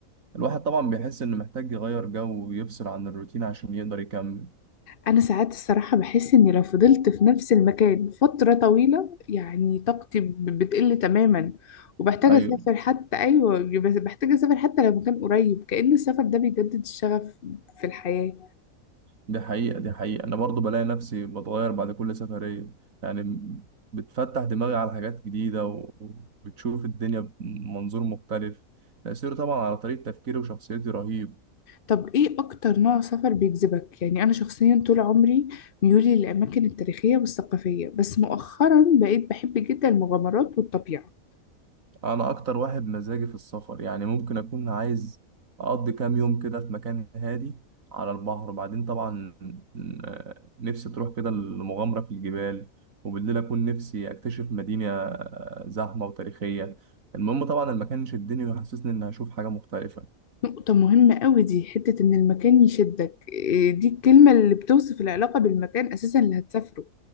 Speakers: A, on the right (about 75°); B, on the left (about 50°).
A: الواحد طبعا بيحس إنه محتاج يغير جو ويفصل عن الروتين عشان يقدر يكمل
B: انا ساعات الصراحة بحس اني لو فضلت في نفس المكان فترة طويلة يعني طاقتي ب- بتقل تماما وبحتاج
A: أيوة
B: اسافر حتى ايوه بس بحتاج اسافر حتى لو مكان قريب كأن السفر ده بيجدد الشغف في الحياة
A: دي حقيقة دي حقيقة أنا برضو بلاقي نفسي بتغير بعد كل سفرية يعني بتفتح دماغي على حاجات جديدة و- وبتشوف الدنيا بمنظور مختلف تأثيره طبعا على طريقة تفكيري وشخصيتي رهيب
B: طب ايه اكتر نوع سفر بيجذبك يعني انا شخصيا طول عمري ميولي للاماكن التاريخية والثقافية بس مؤخرا بقيت بحب جدا المغامرات والطبيعة
A: انا اكتر واحد مزاجي في السفر يعني ممكن اكون عايز اقضي كام يوم كده في مكان هادي على البحر وبعدين طبعا آه، نفسي تروح كده المغامرة في الجبال وبالليل اكون نفسي اكتشف مدينة آه، زحمة وتاريخية المهم طبعا المكان يشدني ويحسسني اني هشوف حاجة مختلفة
B: نقطة مهمة قوي دي حتة إن المكان يشدك إيه دي الكلمة اللي بتوصف العلاقة بالمكان أساسا اللي هتسافره